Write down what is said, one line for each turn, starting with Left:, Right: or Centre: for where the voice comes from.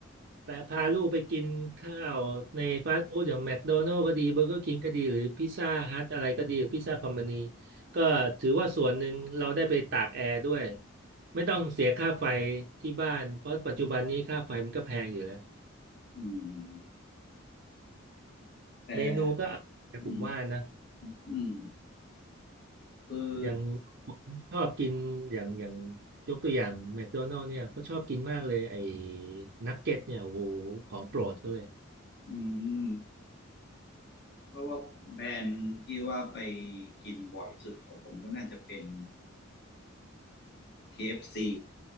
Right: แปะพาลูกไปกินข้าวในฟาสต์ฟู้ดอย่างแม d โดนัล s ก็ดีเบอร์เกอร์คิงก็ดีหรือพิซซ่าฮัทอะไรก็ดีพิซซ่าคอมพานีก็ถือว่าส่วนหนึ่งเราได้ไปตากแอร์ด้วยไม่ต้องเสียค่าไฟที่บ้านเพราะปัจจุบันนี้ค่าไฟมันก็แพงอยู่แล้ว
Left: อืมแต่
Right: เมนูก็อร่อยผมว่านะ
Left: อืมอืมคือ
Right: อย่างผมชอบกินอย่างอย่างยกตัวอย่างแมคโดนัล s เนี่ยก็ชอบกินมากเลยไอ้นักเก็ตเนี่ยโอ้โหของโปรดก็เลย
Left: อืมเพราะว่าแบรนด์ที่ว่าไปกินบ่อย่สุดของผมก็น่าจะเป็น KFC